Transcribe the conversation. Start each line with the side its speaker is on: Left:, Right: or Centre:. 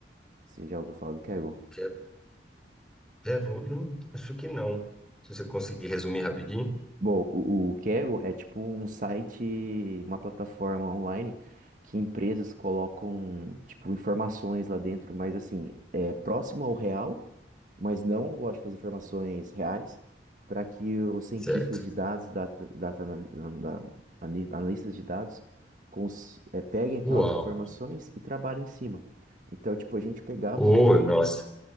Right: Você já ouviu falar do Kaggle?
Centre: Que é- é, vou- não, acho que não. Se você conseguir resumir rapidinho,
Right: Bom, o, o Kaggle é tipo um site, uma plataforma online que empresas colocam, tipo, informações lá dentro, mas assim, é próximo ao real, mas não, lógico, as informações reais, para que os cientistas
Centre: certo.
Right: de dados, data, data, anal- da- ani- analistas de dados, cons- é, peguem aquelas
Centre: Uau.
Right: informações e trabalhem em cima. Então, tipo, a gente pegava
Centre: Oh, nossa.